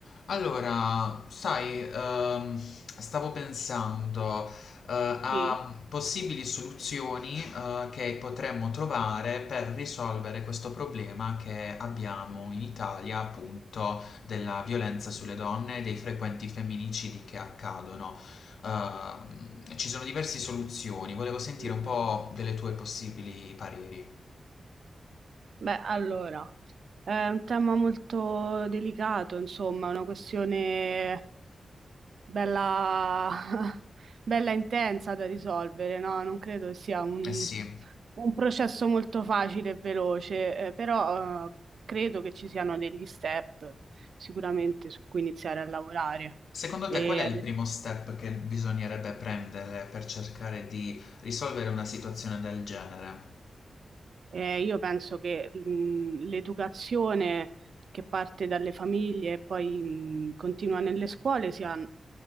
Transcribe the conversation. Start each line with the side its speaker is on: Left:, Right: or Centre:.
Left: Allora, sai, ehm, stavo pensando, eh, a
Right: Sì.
Left: possibili soluzioni, eh, che potremmo trovare per risolvere questo problema che abbiamo in Italia, appunto, della violenza sulle donne e dei frequenti femminicidi che accadono. Ehm, ci sono diverse soluzioni, volevo sentire
Right: Mm,
Left: un
Right: mm.
Left: po' delle tue possibili pareri.
Right: Beh, allora, è un tema molto delicato, insomma, una questione bella, <laughs> bella intensa da risolvere, no? Non credo che sia un,
Left: Eh sì.
Right: un processo molto facile e veloce, eh, però, eh, credo che ci siano degli step sicuramente su cui iniziare a lavorare.
Left: Secondo
Right: E
Left: te qual è
Right: ad
Left: il primo step che bisognerebbe prendere per cercare di risolvere una situazione del genere?
Right: Eh, io penso che mh, l'educazione che parte dalle famiglie e poi mh, continua nelle scuole sia un